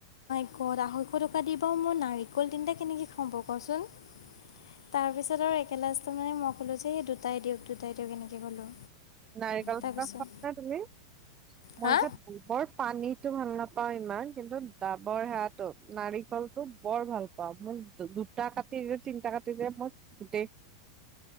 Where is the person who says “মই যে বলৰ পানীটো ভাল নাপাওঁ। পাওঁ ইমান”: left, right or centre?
Right